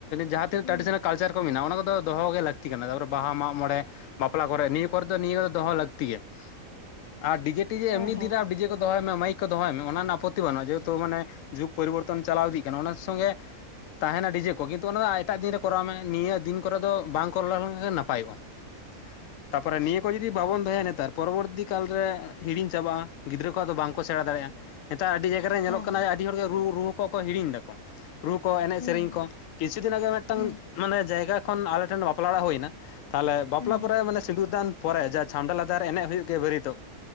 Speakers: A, on the left (about 70°); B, on the left (about 35°).
A: ᱡᱟᱦᱟᱸ ᱛᱤᱱᱟᱹᱜ
B: ᱦᱩᱸ
A: ᱴᱨᱟᱰᱤᱥᱚᱱᱟᱞ ᱠᱟᱞᱪᱟᱨ ᱠᱚ ᱢᱮᱱᱟᱜ ᱚᱱᱟᱼᱟ ᱠᱚ ᱫᱚ ᱫᱚᱦᱚ ᱜᱮ ᱞᱟᱹᱠᱛᱤ ᱠᱟᱱᱟ᱾ ᱛᱟᱯᱚᱨᱮ ᱵᱟᱦᱟ ᱢᱟᱜ ᱢᱚᱬᱮ ᱵᱟᱯᱞᱟ ᱠᱚᱨᱜ ᱱᱤᱭᱟᱹ ᱠᱚᱨᱮ ᱫᱚ, ᱱᱤᱭᱟᱹ ᱫᱚ ᱫᱚᱦᱚ ᱞᱟᱹᱠᱛᱤ ᱜᱮ, ᱟᱨ ᱰᱤᱡᱤ ᱴᱤᱡᱮ
B: ᱦᱚᱸ
A: ᱮᱢᱱᱤ
B: ᱦᱚᱸ
A: ᱫᱤᱱ ᱨᱮ ᱟᱨ ᱰᱤᱡᱮ ᱠᱚ ᱫᱚᱦᱚᱭ ᱢᱮ, ᱢᱟᱭᱤᱠ ᱠᱚ ᱫᱚᱦᱚᱭ ᱢᱮ ᱚᱱᱟ ᱨᱮᱱᱟᱜ ᱟᱯᱚᱛᱛᱤ ᱵᱟᱱᱩᱜᱼᱟ᱾ ᱡᱮᱦᱮᱛᱩ ᱢᱟᱱᱮ ᱡᱩᱜ ᱯᱚᱨᱤᱵᱚᱨᱛᱚᱱ ᱪᱟᱞᱟᱣ ᱤᱫᱤᱜ ᱠᱟᱱᱟ᱾ ᱚᱱᱟ ᱥᱚᱸᱜᱮ ᱛᱟᱦᱮᱱᱟ ᱰᱤᱡᱮ ᱠᱚ, ᱠᱤᱱᱛᱩ ᱚᱱᱟ ᱫᱚ ᱮᱴᱟᱜ ᱫᱤᱱ ᱨᱮ ᱠᱚᱨᱟᱣ ᱢᱮ, ᱱᱤᱭᱟᱹ ᱫᱤᱱ ᱠᱚᱨᱮ ᱫᱚ ᱵᱟᱝ ᱠᱚᱨᱟᱣ ᱞᱮᱱᱠᱷᱟᱱ ᱜᱮ ᱱᱟᱯᱟᱭᱚᱜᱼᱟ᱾ <inaudible> ᱛᱟᱯᱚᱨᱮ ᱱᱤᱭᱟᱹ ᱠᱚ ᱡᱩᱫᱤ ᱵᱟᱵᱚᱱ ᱫᱚᱦᱚᱭᱟ, ᱱᱮᱛᱟᱨ ᱯᱚᱨᱚᱵᱚᱨᱛᱤ ᱠᱟᱞ ᱨᱮ ᱦᱤᱲᱤᱧ ᱪᱟᱵᱟᱜᱼᱟ᱾ ᱜᱤᱫᱽᱨᱟᱹ ᱠᱚ ᱟᱫᱚ ᱵᱟᱝ ᱠᱚ ᱥᱮᱬᱟ ᱫᱟᱲᱮᱜᱼᱟ᱾ ᱱᱮᱛᱟᱨ ᱟᱹᱰᱤ ᱡᱟᱭᱜᱟ ᱨᱮ ᱧᱮᱞᱚᱜ
B: ᱦᱚᱸ
A: ᱠᱟᱱᱟ᱾ ᱟᱹᱰᱤ
B: ᱦᱚᱸ
A: ᱦᱚᱲ ᱜᱮ ᱨᱩᱻᱨᱩ ᱠᱚᱠᱚ ᱦᱤᱲᱤᱧ ᱫᱟᱠᱚ ᱨᱩ ᱠᱚ, ᱮᱱᱮᱡ
B: ᱦᱩᱸ
A: ᱥᱮᱨᱮᱧ ᱠᱚ,
B: ᱦᱩᱸ
A: ᱠᱤᱪᱷᱩ ᱫᱤᱱ ᱟᱜᱮ ᱢᱤᱫᱴᱟᱝ
B: ᱦᱩᱸ
A: ᱢᱟᱱᱮ ᱡᱟᱭᱜᱟ ᱠᱷᱚᱱ ᱟᱞᱮ ᱴᱷᱮᱱ ᱵᱟᱯᱞᱟ ᱚᱲᱟᱜ ᱦᱩᱭᱱᱟ ᱛᱷᱟᱞᱮ ᱵᱟᱯᱞᱟ
B: ᱦᱚᱸ
A: ᱯᱚᱨᱮ ᱢᱟᱱᱮ ᱥᱤᱸᱫᱩᱨ ᱫᱟᱱ ᱯᱚᱨᱮ ᱡᱟ ᱪᱷᱟᱢᱰᱟ ᱞᱟᱛᱟᱨ ᱨᱮ ᱮᱱᱮᱡ ᱦᱩᱭᱩᱜ ᱜᱮᱭᱟ ᱵᱟᱹᱨᱤᱛᱚᱜ